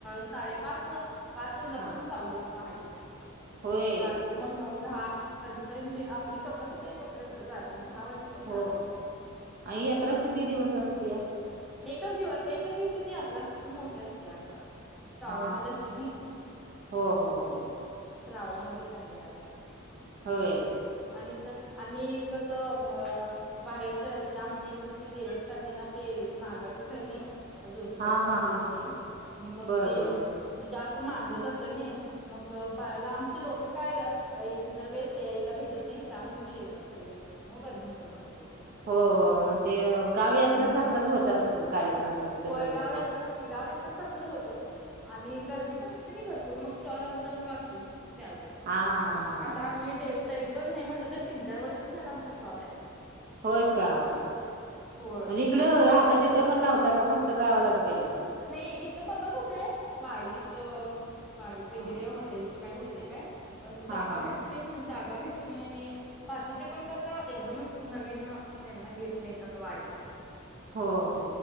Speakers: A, in the centre; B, on the right.
A: साडेपाच पाच वाजल्यापासून
B: हा
A: चालू असतो पहाटे
B: होय
A: रात्री मग नऊ दहा कधीपर्यंत जी आपली बस ते तोपर्यंत रात्री दहा वाजेपर्यंत
B: हो
A: असतय चालु
B: आणि यात्रा किती दिवस असते या
A: एकाच दिवस एकाच दिवसाची यात्रा असती पण मोठी असती यात्रा श्रावण
B: हा
A: मध्ये असते नी?
B: हो हो हो
A: श्रावण मध्येच आहे यात्रा
B: होय
A: आणि तिथं आणि कसं मं बाहेरच्या ते आमचे इथ ते देवस्थानय ना ते नागाचच हाय नी ज्योतिबाचं
B: हा
A: मंदिर
B: हा हा
A: आहे
B: हा
A: ते आणि मग
B: बर
A: ते
B: बर बर.
A: असं जास्त मानलं जातं नी मग लांबची लोकं <unintelligible> हो काय इतर वेळेस यायला भेटत नाही त्याच दिवशी येतात सगळें त्याच्यामुळं गर्दी होत्या भरपूर तिंथ
B: हो हो, मग ते गाव यात्र
A: मग
B: सारखच होत असतील,, कार्यक्रम तुमचे
A: होय
B: सगळे
A: गाव
B: म?
A: यात्राच की गाव यात्रा सारखंच होतो आणि गर्दीत <unintelligible> भरपूर मग स्टॉल आमचा मग असतो, त्यावेळी
B: हा हा हा
A: आता
B: हा.
A: आम्ही डेली तरी पण नाही म्हटलं तर तीन चार वर्ष झालंय आमचा स्टॉलाय
B: होय का,,
A: होय
B: म्हणजे इकडं राहता तिथं पण लावता का? फक्त गावालाच गेल्याव
A: नाही इथं बघत होते वाडीत, वाडीत वगैरे
B: हा
A: हॉटेलचं काय होतेय काय? पण
B: हा
A: जागा
B: हा
A: भेटत
B: हा
A: नाही ना जागा भेटली नाही आणि बाकीचे पण कसं, एकदमच नवीन, त्यांना घेत नाही असं वाडीत
B: हो हो,